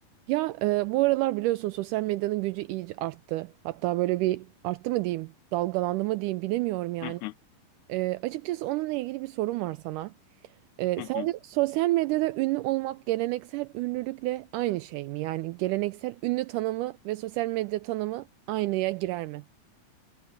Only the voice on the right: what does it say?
Ya e, bu aralar biliyorsun sosyal medyanın gücü iyice arttı. Hatta böyle bir arttı mı diyeyim, dalgalandı mı diyeyim bilemiyorum yani.
E, açıkçası onunla ilgili bir sorum var sana. E,
sence
sosyal medyada ünlü olmak geleneksel ünlülükle aynı şey mi? Yani geleneksel ünlü tanımı ve sosyal medya tanımı aynıya girer mi?